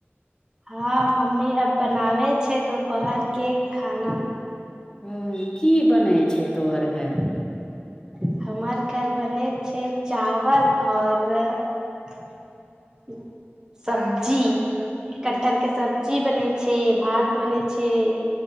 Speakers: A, on the right; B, on the left.
A: हँ मम्मी अब बनावे छै दुपहर के खाना
B: ह की बनै छै तोहर घर
A: <unintelligible> हमर घर बनैत छै चावल आओर <unintelligible> सब्जी कटहर के सब्जी बनै छै भात बनै छै